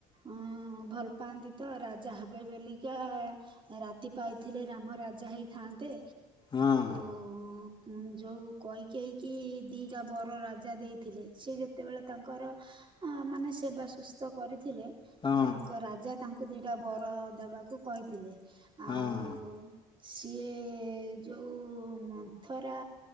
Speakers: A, on the right (about 25°); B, on the left (about 25°).
A: ଉଁ ଭଲ ପାଆନ୍ତି ତ ରାଜା ହେବେ ବେଲିକା ରାତି ପାଇଥିଲେ ରାମ ରାଜା ହେଇଥାନ୍ତେ।
B: ହଁ।
A: ଓ ଯୋଉ କଇକେଇ କି ଦିଟା ବର ରାଜା ଦେଇଥିଲେ ସେ ଯେତେବେଳେ ତାଙ୍କର ଅ ମାନେ ସେବା ସୁସ୍ଥ କରିଥିଲେ।
B: ହଁ
A: ତାଙ୍କ ରାଜା ତାଙ୍କୁ ଦିଟା ବର ଦବାକୁ କହିଥିଲେ।
B: ହଁ।
A: ଆଉ ସିଏ ଯୋଉ ମନ୍ଥରା